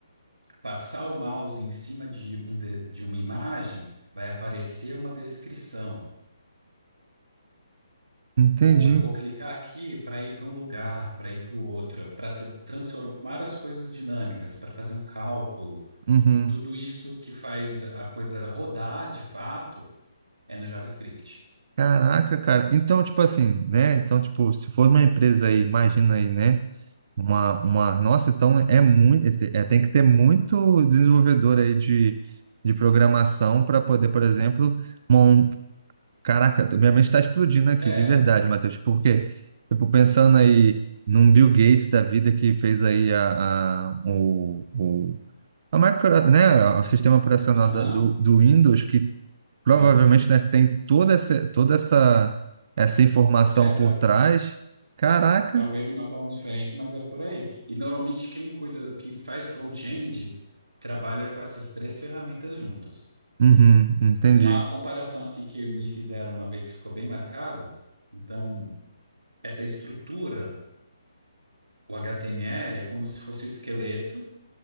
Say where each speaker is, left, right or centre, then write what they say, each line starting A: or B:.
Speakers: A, on the right; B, on the right.
A: passar o mouse em cima de, um de, de uma imagem, vai aparecer uma descrição.
B: entendi.
A: Ou eu vou clicar aqui para ir para um lugar, para ir para o outro, para transformar as coisas dinâmicas, para fazer um cálculo.
B: Uhum.
A: Tudo isso que faz a coisa rodar de fato é no JavaScript.
B: Caraca, cara. Então, tipo assim, né? Então, tipo, se for uma empresa aí, imagina aí, né? Uma, uma... Nossa, então é muito. É, tem que ter muito desenvolvedor aí de, de programação para poder, por exemplo, mon... Caraca, minha mente está explodindo aqui,
A: É,
B: de verdade, Matheus. Tipo, Porque, tipo, pensando aí num Bill Gates da vida que fez aí a, a, o, o, a micro, né? O sistema operacional
A: aham,
B: da- do, do Windows que
A: do
B: provavelmente,
A: Windows.
B: né, tem toda essa, toda essa, essa informação
A: É, tal,
B: por trás. Caraca.
A: talvez de uma forma diferente, mas é por aí. E normalmente quem cuida, quem faz front-end, trabalha com essas três ferramentas juntos.
B: Uhum, entendi.
A: Uma comparação assim que me fizeram uma vez que ficou bem marcado, então essa estrutura O HTML é como se fosse o esqueleto,